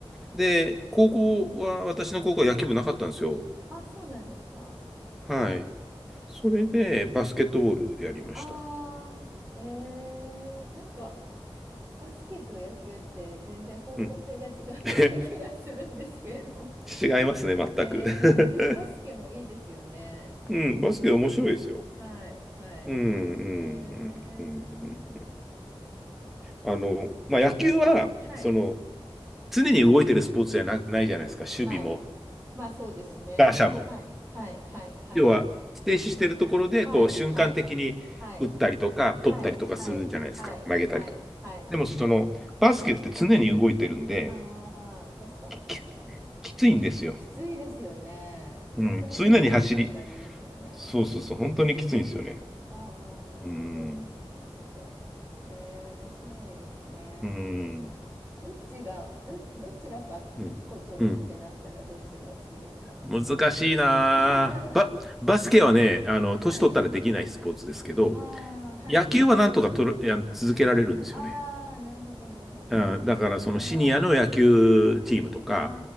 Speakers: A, in the centre; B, on the right.
A: で、高校は、私の高校は野球部なかったんですよ。
B: あ、そうなんですか。
A: はい。それで、バスケットボールやりました。
B: ああ、ええなんか、バスケと野球って全然方向性が違うような気がするんですけれども。
A: うん。<laughs> 違いますね、
B: <laughs> ええでもバスケもいいですよね。
A: 全く。<laughs> うん、バスケ面白いですよ。
B: はい、はい。
A: うん、うん、うん、
B: ええ
A: うん。うんあの、
B: うん
A: まあ、野球は、
B: はい、
A: その、常に動いてるスポーツじゃな、ないじゃないですか。守備も
B: はい。まあそうですね。
A: ガシャモン。
B: はい、はい、はい、はい。
A: 要は、停止してるところで、
B: はい、
A: こう、瞬間的に打ったりとか、
B: はい、はい、はい、
A: 取ったりとかするじゃないですか。
B: はい、はい、
A: 投げたりとか。
B: はい、はい。
A: でも、その、バスケって常に動いてるんで、
B: ああ、確かに確かに。
A: き、きついんですよ。
B: きついですよね。ずっと走ってるっていう感じですよね。
A: うん、常に走り。そうそうそう、本当にきついんですよね。
B: ああ、なるほど。
A: うん、
B: なるほど。えー、面白いですね。
A: うん、
B: どっちが、ど、どちらか一個取るってなったらどっちがお好きですか
A: うん、うん。難しいなぁ。
B: <laughs>
A: バ、バスケはね、あの、年取ったらできないスポーツですけど、
B: はい。ああ、はい。
A: 野球はなんとかとる、あの続けられるんですよね。
B: ああ、なるほど、なるほど。
A: うん、だからそのシニアの野球チームとか
B: ああ、